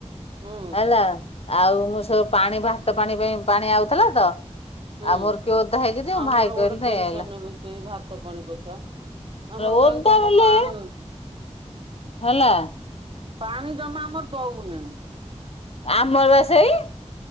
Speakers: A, on the right; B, on the left.
A: ହୁଁ।
B: ହେଲା। ଆଉ ମୁଁ ସବୁ ପାଣି ଭାତ ପାଣି ପାଇଁ ପାଣି ଆଉଥିଲା ତ।
A: ହୁଁ
B: ଆଉ ମୋର କିଏ ଓଦା ହେଇକି ଯିବ
A: ଆମର
B: ଭାଇ କହିଲେ
A: ଗୋଟେ
B: ନେଇ
A: ଟେନ୍ସନ
B: ଆଇଲା
A: ରହୁଛି। ଏଇ ଭାତ ପାଣି କଥା। ଆମର
B: ଓଦା
A: କାଇଁ ଜମା
B: ବୋଲି
A: ପାଣି
B: ହେଲା
A: ପାଣି ଜମା ଆମର ଦଉନି।
B: ଆମର ପା ସେଇ